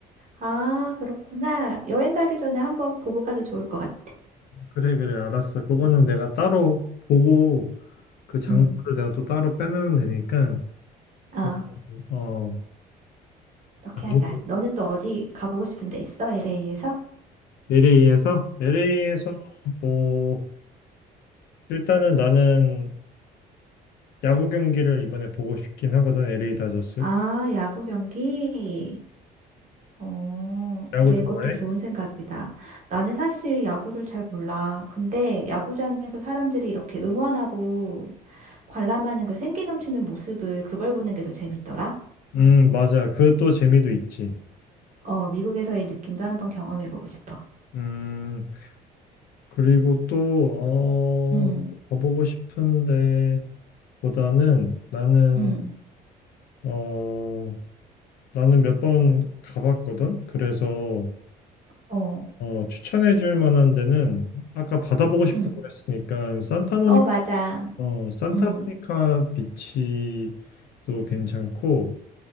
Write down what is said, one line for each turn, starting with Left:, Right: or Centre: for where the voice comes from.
Right: 아, 그렇구나. 여행 가기 전에 한번 보고 가도 좋을 것 같아.
Left: 그래 그래 알았어. 그거는 내가 따로 보고 그 장소를
Right: 응.
Left: 내가 또 따로 빼놓으면 되니까
Right: 어,
Left: 그, 어,
Right: 그렇게
Left: 나중에
Right: 하자. 너는 또 어디 가보고 싶은 데 있어? LA에서?
Left: LA에서 LA에서 뭐 일단은 나는 야구 경기를 이번에 보고 싶긴 하거든. LA 다저스.
Right: 아, 야구 경기? 어, 그래,
Left: 야구 좋아해?
Right: 그것도 좋은 생각이다. 나는 사실 야구를 잘 몰라. 근데 야구장에서 사람들이 이렇게 응원하고 관람하는 그 생기 넘치는 모습을 그걸 보는 게 더 재밌더라.
Left: 음, 맞아. 그 또 재미도 있지.
Right: 어, 미국에서의 느낌도 한번 경험해보고 싶어.
Left: 음, 그리고 또, 어,
Right: 응,
Left: 가보고 싶은데 보다는 나는,
Right: 응,
Left: 어, 나는 몇 번 가봤거든. 그래서,
Right: 어,
Left: 어, 추천해 줄 만한 데는 아까 바다 보고 싶다고
Right: 응.
Left: 했으니까 산타모니카,
Right: 어, 맞아.
Left: 어, 산타모니카
Right: 응,
Left: 비치도 괜찮고,